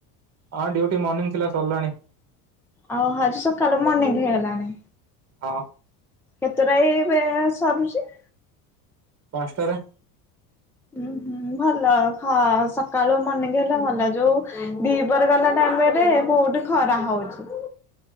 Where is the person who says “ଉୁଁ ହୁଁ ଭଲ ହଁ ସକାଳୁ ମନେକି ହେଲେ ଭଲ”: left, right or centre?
Centre